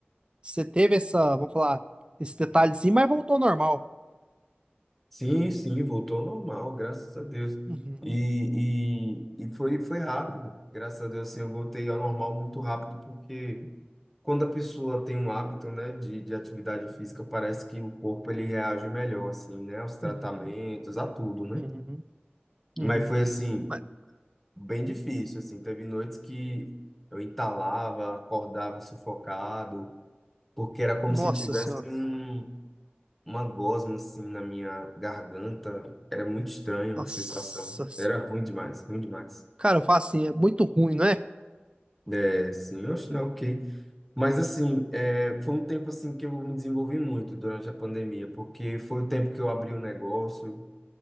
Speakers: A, on the right; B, in the centre.
A: você teve essa, vamos falar, esse detalhezinho, mas voltou ao normal.
B: Sim, sim, voltou ao normal, graças a Deus.
A: Uhum,
B: E, e, e foi, foi rápido. Graças a Deus, assim, eu voltei ao normal muito rápido, porque quando a pessoa tem um hábito, né, de, de atividade física, parece que o corpo ele reage melhor, assim, né, aos tratamentos,
A: uhum,
B: a tudo, né?
A: uhum, uhum.
B: Mas foi assim,
A: Mas,
B: bem difícil, assim, teve noites que eu entalava, acordava sufocado, porque era como
A: nossa
B: se tivesse
A: senhora,
B: um, uma gosma, assim, na minha garganta, era muito estranho
A: nossa.
B: a sensação, era ruim demais, ruim demais.
A: Cara, eu falo assim, é muito ruim, não é?
B: É, sim, eu acho não, Mas assim, é, foi um tempo assim que eu me desenvolvi muito durante a pandemia, porque foi o tempo que eu abri o negócio,